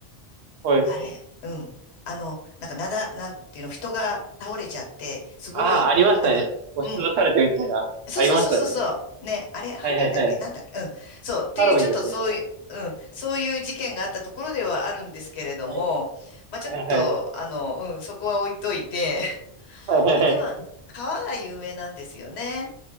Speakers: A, on the right; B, on the left.
A: はい。
B: あれ、うん。あの、なんかなだ、なんていうの、人が倒れちゃって、すごい、
A: あ、ありましたね。
B: あの、
A: 押しつぶされてみたいな。
B: うん。そうそうそうそうそう。
A: ありましたね。
B: ね、あれ、ハロウィンだっけなんだっけうん。
A: はい、はい、はい。
B: そう。っていう、
A: ハロウィンですね。
B: ちょっとそういう、うん。そういう事件があったところではあるんですけれども、
A: は
B: まあ、ちょっと、
A: い、はい、はい。
B: あの、うん、そこは置いといて、<laughs>
A: はい、はい、
B: いては革が有名なんですよね。
A: はい。